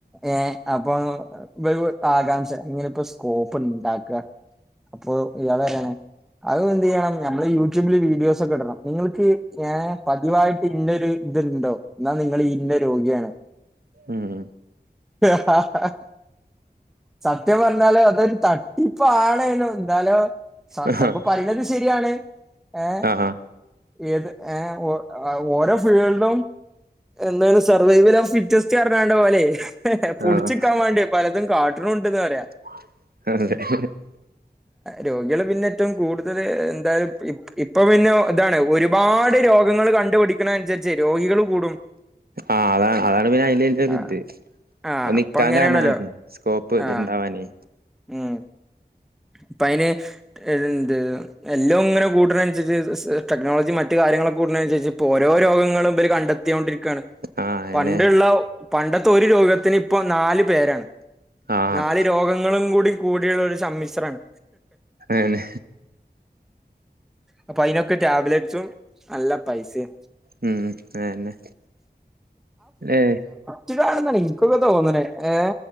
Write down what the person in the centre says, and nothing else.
ഏഹ് അപ്പം ഇബെൽക്കും ആകാംക്ഷ എങ്ങനെ ഇപ്പോ സ്കോപ്പ് ഇണ്ടാക്കാ അപ്പൊ ഇയാൾ പറിയാണ് അയും എന്ത് ചെയ്യണം ഞമ്മെൾ യൂട്യൂബിൽ വീഡിയോസ് ഒക്കെ ഇടെണം നിങ്ങെൾക്ക് ഇങ്ങനെ പതിവായിട്ട് ഇതിന്റെ ഒര് ഇത് ഇണ്ടോ? ഇന്നാ നിങ്ങെൾ ഈ ഇന്നെ രോഗിയാണ്
ഹ ഹ ഹ സത്യം പർണാൽ അതൊരു തട്ട് ആണെനും ഇന്നാലും
സംഭവം പറിണെതും ശരിയാണ് ഏഹ്
ത്തിയെത് ഏഹ് ഓ അഹ് ഓരോ ഫീൽഡും എന്താണ് സർവൈവൽഫ് ഫിറ്റ്നസ്റണാണ്ടോലെ പുട്ച്ച്ക്കാൻ
വാണ്ടി പലതും കാട്ടുണുണ്ട്ന്ന് പറയാ
രോഗ്യാള് പിന്നെ ഏറ്റവും കൂടുതൽ എന്തായാലും <unintelligible> ഇപ്പൊ പിന്നെ ഇതാണ് ഒരുപാട് രോഗങ്ങൾ കണ്ടുപടിക്കണനുസരിച്ച് രോഗികൾ കൂടും
ആ ആ
അപ്പൊ അങ്ങനെയാണല്ലോ
ആ
ഉം ഇപ്പയ്ന് ഇതെന്ത് എല്ലയും ഇങ്ങനെ കൂട്ട്ണെ അന്സെര്ച്ച് സ് ടെക്നോളജി മറ്റെ കാര്യങ്ങളൊക്കെ കൂട്ണെയ് അൻസെര്ച്ച് ഇപ്പോ ഓരോ രോഗങ്ങളും ഇബെൽ കണ്ടെത്ത് ത്തിയോണ്ട് ഇരിക്കാണ്
പണ്ട് ഇള്ള പണ്ടത്തെ ഒര് രോഗത്തിന് ഇപ്പം നാൽ പേരാണ്
നാല് രോഗങ്ങളും കൂടി കൂടിയ ഒരു സമ്മിശ്രാണ്
അപ്പൊ അയ്നൊക്കെ ടാബ്ലെറ്റ്സും നല്ല പൈസയും
ജ്ജ് <unintelligible> തോന്ന്ണത് ഏ